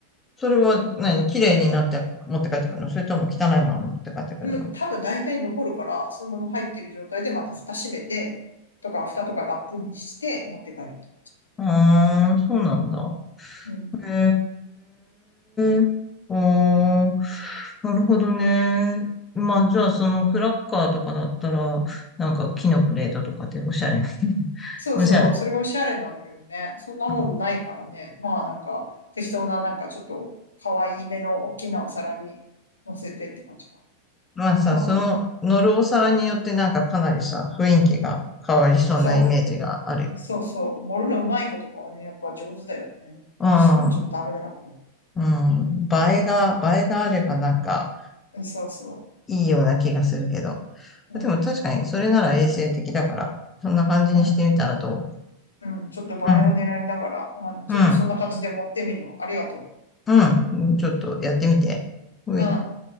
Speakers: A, on the left; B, on the left.
A: それは何綺麗になって持って帰ってくるのそれとも汚いまま持って帰ってくるの
B: うん、多分大体残るから、そのまま入ってる状態でまた蓋閉めて、とか蓋とかラップにして持って帰ると。
A: うーん、そうなんだ。
B: うん
A: へえ。おー、なるほどね。まあ、じゃあ、そのクラッカーとかだったら、なんか木のプレートとかでおしゃれな。<laughs>
B: そうそう、
A: おしゃれ。
B: それがおしゃれなんだけどね。そんなもんもないからね。
A: うん
B: まあなんか適当ななんかちょっと可愛い目の大きなお皿に乗せてって感じか。
A: まあさ、
B: 多分ね。
A: その乗るお皿によってなんかかなりさ、雰囲気が変わりそうなイメージがあるよ。
B: そう、そうそう。盛るのうまい子とかはね、やっぱ上手だよね。
A: う
B: 私そういうのちょっとダメだから。う
A: ん。うん。映えが、映えがあればなんか、
B: んそうそ
A: いいような気がするけど。
B: う。
A: でも確かにそれなら衛生的だから、
B: うん。
A: そんな感じにしてみたらど
B: うん。うん。ちょっと映えを狙いながら、
A: ううん、
B: うん。ちょっとそんな感じで持ってみるわ。
A: う
B: ありがと
A: ん、うん。ちょっとやってみて。ほい。
B: う。うん。